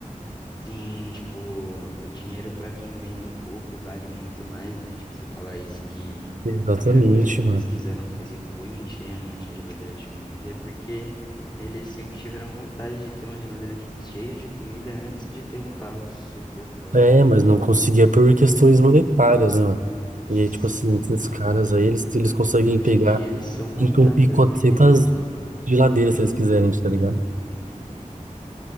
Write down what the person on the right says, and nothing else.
Exatamente,
mano.
É,
mas não conseguia por questões monetárias, né, mano?
E aí, tipo assim, esses caras aí, eles, eles conseguem
pegar,
entupir 400
geladeiras se eles quiserem, tá ligado?